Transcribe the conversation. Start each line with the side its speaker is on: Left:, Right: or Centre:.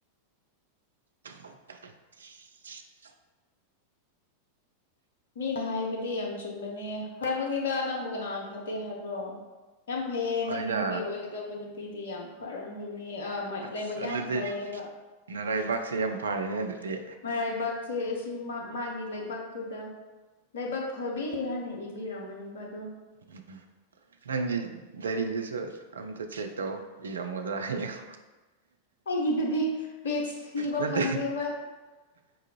Right: <unintelligible>
Left: ꯃꯤꯅ ꯍꯥꯏꯕꯗꯤ ꯌꯥꯝ ꯆꯨꯝꯕꯅꯦ ꯐꯔꯝꯒꯅꯤꯗ ꯅꯪꯕꯨ ꯀꯅꯥꯅ ꯐꯠꯇꯦ ꯍꯥꯏꯕ꯭ꯔꯣ ꯌꯥꯝ ꯐꯩꯌꯦ ꯅꯪꯒꯤ
Right: ꯍꯣꯏꯗ
Left: ꯅꯨꯄꯤ ꯑꯣꯏꯒꯗꯕ ꯅꯨꯄꯤꯗꯤ ꯌꯥꯝ ꯐꯔꯝꯒꯅꯤ ꯃꯤ ꯑ
Right: ꯑꯁ
Left: ꯂꯥꯏꯕꯛ ꯌꯥꯝ
Right: ꯑꯗꯨꯗꯤ
Left: ꯐꯩꯌꯦꯕ
Right: ꯅꯔꯥꯏꯕꯥꯛꯁꯦ ꯌꯥꯝ ꯐꯔꯦꯅꯦ ꯑꯗꯨꯗꯤ
Left: ꯕꯥꯢꯕꯛ ꯁꯦ ꯑꯁꯤ ꯃꯛ ꯃꯥꯒꯤ ꯂꯥꯢꯕꯛꯇꯨꯗ ꯂꯥꯏꯕꯛ ꯐꯕꯤ ꯍꯥꯏꯅ ꯏꯕꯤꯔꯝꯃꯅꯤꯕ ꯑꯗꯨꯝ
Right: ꯎꯝ ꯅꯪꯒꯤ ꯗꯥꯏꯔꯤꯗꯨꯁꯨ ꯑꯝꯇ ꯆꯦꯛ ꯇꯧ ꯏꯔꯝꯒꯗ꯭ꯔꯥ ꯍꯌꯦꯡ
Left: ꯑꯩꯒꯤꯗꯨꯗꯤ ꯄꯦꯖ ꯊꯤꯕ
Right: ꯅꯠꯇꯦ
Left: ꯐꯪꯗꯦꯕ